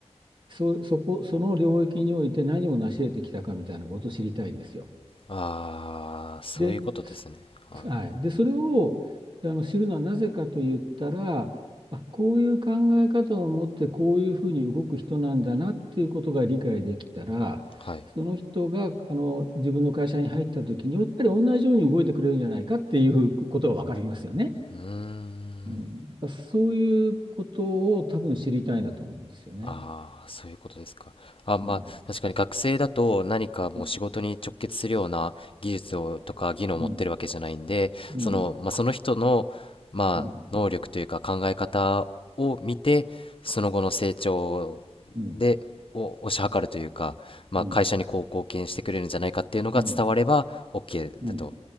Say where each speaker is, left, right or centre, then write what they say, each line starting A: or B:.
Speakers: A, on the right; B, on the left.
A: そ、そこ、その領域において何を成し得てきたかみたいなことを知りたいんですよ。
B: ああ、そういうことですね。
A: で、
B: はい。
A: はい。で、それをあの知るのはなぜかと言ったら、あ、こういう考え方を持ってこういうふうに動く人なんだなっていうことが理解できたら、
B: はい。
A: その人があの自分の会社に入った時に、やっぱり同じように動いてくれるんじゃないかっていうことが分かりますよね。
B: うーん。
A: うん、だからそういうことを多分知りたいんだと思うんですよね。
B: ああ、そういうことですか。あ、まあ、
A: うん。
B: 確かに学生だと何かもう仕事に直結するような技術をとか技能を持ってるわけじゃないんで、
A: うん。うん。うん。
B: その、まあ、その人の、まあ、
A: うん。
B: 能力というか考え方を見て、その後の成長
A: うん。
B: で、を推し量るというか、まあ、
A: うん。
B: 会社にこう貢献してくれるんじゃないかっていうのが伝われば
A: うん。
B: OK
A: うん。
B: だと。